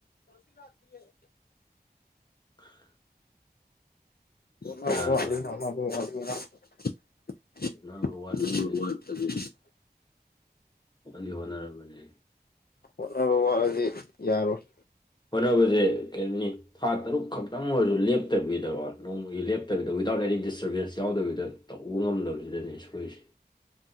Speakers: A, on the left; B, on the left.
A: ꯉꯁꯤ ꯂꯥꯛꯇꯤꯌ‌ꯦ
B: <unintelligible>
A: <unintelligible>
B: ꯁꯦꯔꯥꯟ ꯇꯨꯔꯥꯟ ꯍꯣꯠꯅꯕ ꯋꯥꯠꯄꯁꯦ ꯍꯣꯟꯗꯤ ꯍꯣꯠꯅꯔꯕꯅꯦ
A: ꯍꯣꯠꯅꯕ ꯋꯥꯠꯂꯗꯤ ꯌꯥꯔꯣꯏ
B: ꯍꯣꯠꯅꯕꯁꯦ ꯀꯩꯅꯤ ꯊꯥ ꯇꯔꯨꯛ ꯈꯛꯇꯪ ꯑꯣꯏꯔꯁꯨ ꯂꯦꯞꯇꯕꯤꯗꯀꯣ ꯅꯣꯡꯃꯒꯤ ꯂꯦꯞꯇꯕꯤꯗ ꯋꯤꯗꯥꯎꯠ ꯑꯦꯅꯤ ꯗꯤꯁꯇꯔꯕꯦꯟꯁ ꯌꯥꯎꯗꯕꯤꯗ ꯇꯧꯕ ꯉꯝꯗꯕꯁꯤꯗꯅꯦ ꯏꯁꯣꯏꯁꯦ